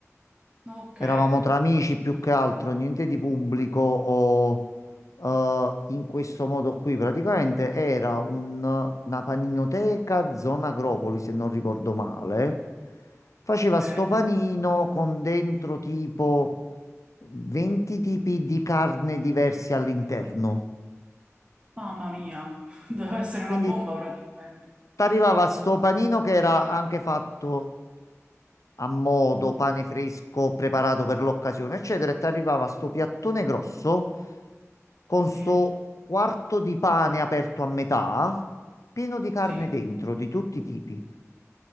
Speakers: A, on the right; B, on the left.
A: Ok,
B: Eravamo tra amici più che altro, niente di pubblico o eh, in questo modo qui. Praticamente era un, una paninoteca zona Agropoli, se non ricordo male. Faceva
A: ok.
B: sto panino con dentro tipo 20 tipi di carne diversi all'interno.
A: Mamma mia, <laughs> deve essere una
B: Quindi
A: bomba praticamente.
B: ti arrivava sto panino che era anche fatto a modo, pane fresco, preparato per l'occasione, eccetera, e ti arrivava sto piattone grosso con
A: Sì,
B: sto quarto di pane aperto a metà, pieno di carne
A: sì,
B: dentro, di tutti i tipi.